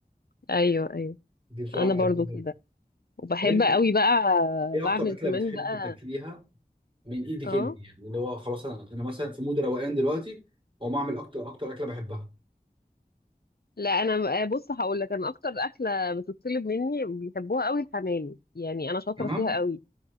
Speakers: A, on the left (about 75°); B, on the right (about 30°).
A: ايوه ايوه
B: دي بصراحة
A: انا
B: بحبها
A: برضو كده وبحب
B: طب أنت
A: قوي بقى
B: إيه
A: بعمل
B: أكتر أكلة
A: كمان
B: بتحب
A: بقى
B: تاكليها من ايدك
A: اه
B: انت يعني اللي هو خلاص انا أنا مثلا في مود روقان دلوقتي واقوم اعمل اكتر اكتر اكله بحبها
A: لا انا بقى- بص هقول لك انا اكتر اكله بتطلب مني بيحبوها قوي الحمام يعني انا شاطره
B: تمام
A: فيها قوي